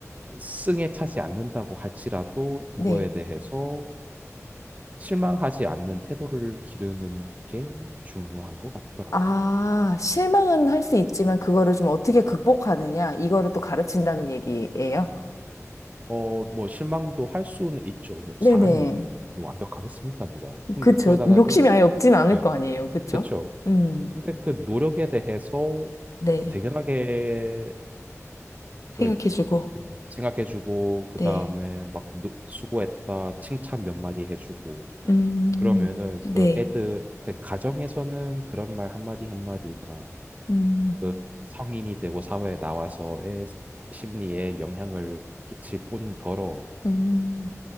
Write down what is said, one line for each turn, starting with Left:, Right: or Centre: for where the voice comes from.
Right: 승에 차지 않는다고 할지라도 그거에
Left: 네.
Right: 대해서 실망하지 않는 태도를 기르는 게 중요한 것 같더라.
Left: 아, 실망은 할 수 있지만 그거를 좀 어떻게 극복하느냐, 이거를 또 가르친다는 얘기예요.
Right: 어, 뭐 실망도 할 수는 있죠. 뭐
Left: 네네.
Right: 사람이 뭐, 뭐 완벽하겠습니까, 누가? 근데
Left: 그쵸.
Right: 그러다가도
Left: 욕심이 아예 없진 않을
Right: 예,
Left: 거 아니에요. 그쵸?
Right: 그렇죠.
Left: 음,
Right: 근데 그 노력에 대해서
Left: 네.
Right: 대견하게
Left: 생각해주고,
Right: 예, 생각해주고 그
Left: 네.
Right: 다음에 막 노- 수고했다 칭찬 몇 마디 해주고
Left: 음,
Right: 그러면은 그
Left: 네.
Right: 애들 그 가정에서는 그런 말 한마디 한마디가
Left: 음,
Right: 그 성인이 되고 사회에 나와서의 심리에 영향을 끼칠 뿐더러
Left: 음.